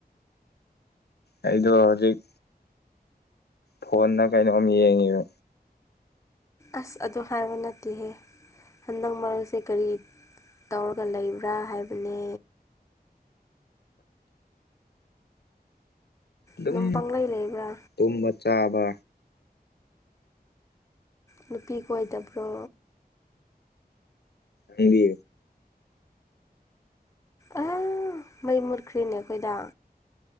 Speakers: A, on the left; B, on the left.
A: ꯑꯩꯗꯣ ꯍꯧꯖꯤꯛ ꯐꯣꯟꯗ ꯀꯩꯅꯣꯝ ꯌꯦꯡꯉꯤꯕ
B: ꯑꯁ ꯑꯗꯣ ꯍꯥꯏꯕ ꯅꯠꯇꯦꯍꯦ ꯍꯟꯗꯛ ꯃꯔꯛꯁꯦ ꯀꯔꯤ ꯇꯧꯔꯒ ꯂꯩꯕ꯭ꯔꯥ ꯍꯥꯏꯕꯅꯦ
A: ꯗꯨꯝ
B: ꯑꯗꯨꯝ ꯄꯪꯂꯩ ꯂꯩꯕ꯭ꯔꯥ
A: ꯇꯨꯝꯕ ꯆꯥꯕ
B: ꯅꯨꯄꯤ ꯀꯣꯏꯗꯕ꯭ꯔꯣ
A: ꯍꯪꯗꯤ
B: ꯑ ꯃꯩ ꯃꯨꯔꯈ꯭ꯔꯤꯅꯦ ꯑꯩꯈꯣꯏꯗꯥ꯫